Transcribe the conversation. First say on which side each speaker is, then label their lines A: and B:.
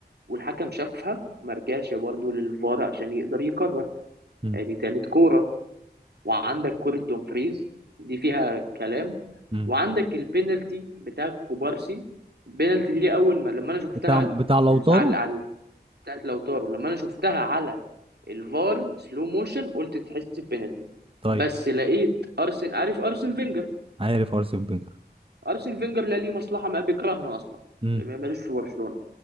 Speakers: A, on the right (about 75°); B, on the right (about 30°).
A: والحكم شافها ما رجعش برضه للفار عشان يقدر يقرر
B: امم
A: ادي تالت كوره وعندك كوره دومفريز دي فيها كلام
B: امم
A: وعندك البينالتي بتاع كوبارسي البينالتي دي اول ما لما انا شفتها
B: بتاع
A: ال-
B: بتاع لوتارو
A: على على بتاعت لوتارو لما انا شفتها على الفار سلو موشن قلت تحس بينالتي
B: طيب
A: بس لقيت ارسن عارف ارسن فينجر
B: عارف ارسن فينجر
A: ارسن فينجر لا ليه مصلحه ما بيكرهنا اصلا
B: امم
A: ما- ملوش في برشلونه